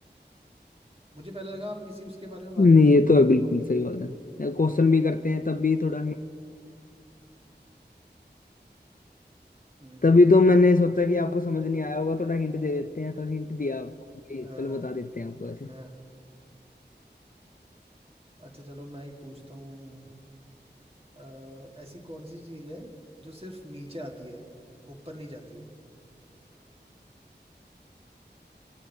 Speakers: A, on the right (about 30°); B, on the left (about 50°).
A: मुझे पहले लगा आप किसी उसके बारे में बात
B: नहीं
A: कर रहे
B: ये तो है
A: हो
B: बिल्कुल सही बात है क्वेश्चन भी करते हैं तब भी थोड़ा हिंट
A: हम्म
B: तभी
A: हम्म,
B: तो मैंने सोचा कि आपको समझ नहीं आया होगा थोड़ा हिंट दे देते हैं तो हिंट दिया आपको भाई
A: अ,
B: चलो बता देते हैं आपको ऐसे
A: अ, अच्छा चलो मैं एक पूछता हूँ अ, ऐसी कौन सी चीज है जो सिर्फ नीचे आती है ऊपर नहीं जाती है